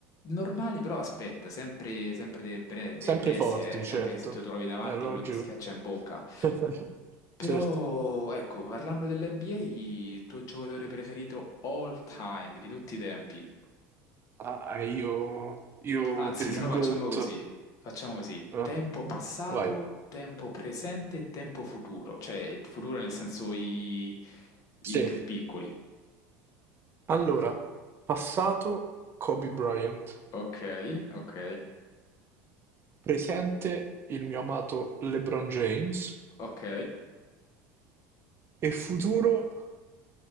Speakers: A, on the left; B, on the right.
A: Normali, però aspetta, sempre, sempre dei, bre- dei
B: Sempre
A: bestie,
B: forti,
A: eh, sempre
B: certo.
A: che se ti trovi davanti
B: Ero
A: quello ti
B: giù.
A: schiaccia in bocca.
B: <laughs>
A: Però,
B: Certo.
A: ecco, parlando dell'NBA, il tuo giocatore preferito all time, di tutti i tempi.
B: Ah, io, io
A: Anzi,
B: per il
A: se no
B: GOAT.
A: facciamo così, facciamo così,
B: Eh,
A: tempo passato,
B: vai.
A: tempo presente e tempo futuro, cioè il futuro nel senso i, i
B: Sì.
A: più piccoli.
B: Allora, passato Kobe Bryant,
A: Ok, ok,
B: presente il mio amato LeBron James
A: ok,
B: e futuro,